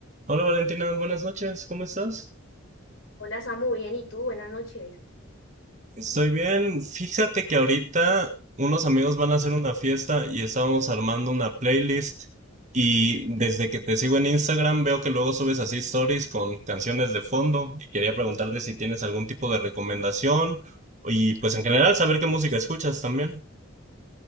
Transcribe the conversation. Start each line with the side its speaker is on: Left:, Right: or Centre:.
Right: Hola Valentina, buenas noches, ¿cómo estás?
Left: Hola Samu, bien, ¿y tú? Buenas noches.
Right: Estoy bien. Fíjate que ahorita unos amigos van a hacer una fiesta y estábamos armando una playlist y desde que te sigo en Instagram veo que luego subes así stories con canciones de fondo y quería preguntarte si tienes algún tipo de recomendación y pues en general saber qué música escuchas también.